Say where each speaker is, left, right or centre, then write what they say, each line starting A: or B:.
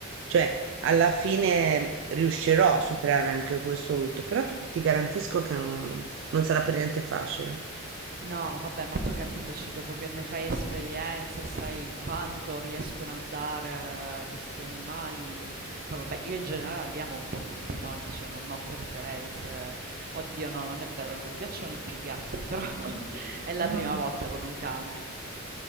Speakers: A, on the right (about 60°); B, on the right (about 45°).
A: cioè alla fine riuscirò a superare anche questo lutto, però t- ti garantisco che non, non sarà per niente facile.
B: No, vabbè, ma poi capito, cioè, dopo che ne fai esperienze, sai quanto riescono a dare eh, questi animali. Poi vabbè, io in generale li amo un po' tutti quanti, cioè non ho preferenze. Oddio, no, non è vero, mi piacciono di più i gatti, però <laughs> è la
A: Mhm.
B: prima volta con un cane.